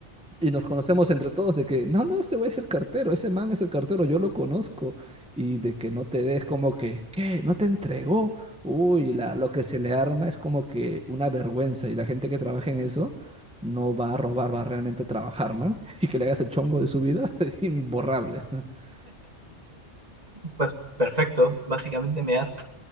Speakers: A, in the centre; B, on the right (about 35°).
A: y nos conocemos entre todos de que, no, no, este güey es el cartero, ese man es el cartero, yo lo conozco. Y de que no te des como que, ¿qué? ¿No te entregó? Uy, la, lo que se le arma es como que una vergüenza. Y la gente que trabaja en eso no va a robar, va a realmente trabajar, ¿no? <laughs> Y que le hagas el chongo de su vida <laughs> es imborrable. <laughs>
B: Pues perfecto. Básicamente me has